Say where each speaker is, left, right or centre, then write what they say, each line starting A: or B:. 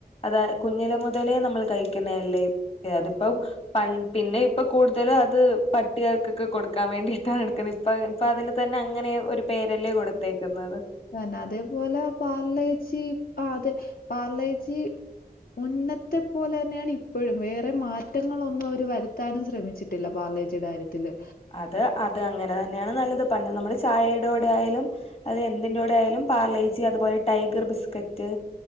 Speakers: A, on the left; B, on the left.
A: അതാ കുഞ്ഞില മുതലേ നമ്മൾ കഴിക്കുന്നല്ലേ ല്ലേ അതിപ്പം പ പിന്നെ ഇപ്പൊ കൂടുതലും അത് പട്ടികൾക്കൊക്കെ കൊടുക്കാൻ വേണ്ടിയിട്ടാണ് എടുക്കുന്നത് ഇപ്പൊ ഇപ്പ അതിന് തന്നെ അങ്ങനെ ഒരു പേരല്ലേ കൊടുത്തേക്കുന്നത്
B: തന്നെ അതേപോലെ പാർലേച്ചി അതെ പാർലേച്ചി മുന്നത്തെ പോലെ തന്നെയാണ് ഇപ്പോഴും വേറെ മാറ്റങ്ങളൊന്നും അവര് വരുത്താനും ശ്രമിച്ചിട്ടില്ല പാർലേച്ചിയുടെ കാര്യത്തില്
A: അത് അത് അങ്ങനെ തന്നെയാണ് നല്ലത് പണ്ട് നമ്മള് ചായയുടെ കൂടെ ആയാലും അത് എന്തിന്റെ കൂടെ ആയാലും പാർലേച്ചി അതുപോലെ ടൈഗർ ബിസ്കറ്റ്